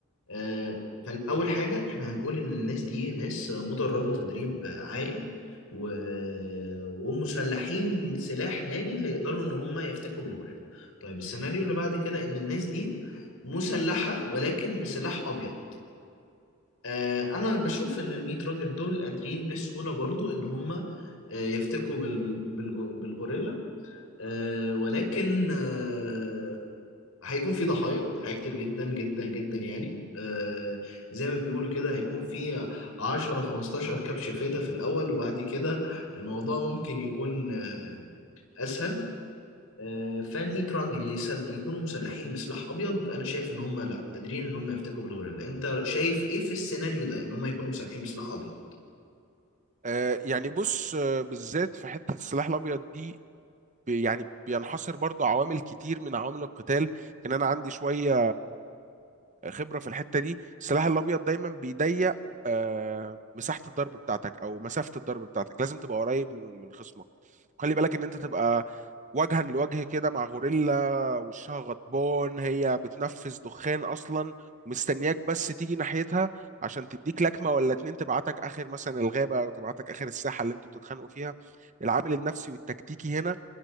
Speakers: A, on the left; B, on the right.
A: آه فال- اول حاجه احنا هنقول ان الناس دي ناس مدربه تدريب عالي و... ومسلحين سلاح ناري هيقدروا ان هم يفتكوا بالغوريلا طيب السيناريو اللي بعد كده ان الناس دي مسلحه ولكن بسلاح ابيض آه انا بشوف ان الميت راجل دول قادرين بسهوله برضو ان هم آه، يفتكوا بال... بالج- بالغوريلا آه، ولكن آه، هيكون في ضحايا ضحايا كتير جدا جدا جدا يعني آه، زي ما بيقولوا كده هيكون في 10 15 كبش فدا في الأول وبعد كده الموضوع ممكن يكون آه، أسهل آه، فال 100 راجل يسل- يكونوا مسلحين بسلاح أبيض أنا شايف إن هم لأ قادرين إن هم يفتكوا بالغوريلا أنت شايف إيه في السيناريو ده إن هم يكونوا مسلحين بسلاح أبيض
B: آه يعني بص آه بالذات في حتة السلاح الابيض دي بي- يعني بينحصر برضو عوامل كتير من عوامل القتال ان انا عندي شوية خبره في الحته دي السلاح الابيض دايما بيضيق آه، مساحه الضرب بتاعتك او مسافه الضرب بتاعتك لازم تبقى قريب من من خصمك خلي بالك ان انت تبقى وجها لوجه كده مع غوريلا وشها غضبان هي بتنفس دخان اصلا مستنياك بس تيجي ناحيتها عشان تديك لكمه ولا اتنين تبعتك اخر مثلا الغابه او تبعتك اخر الساحه اللي انتوا بتتخانقوا فيها العامل النفسي والتكتيكي هنا